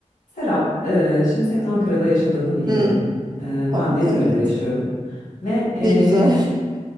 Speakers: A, on the left; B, on the right.
A: Serap, eee, şimdi senin Ankara'da yaşadığını biliyorum.
B: Hı,
A: Eee, ben
B: tam
A: de
B: evet.
A: İzmir'de yaşıyorum. Ve eee,
B: Ne güzel. <laughs>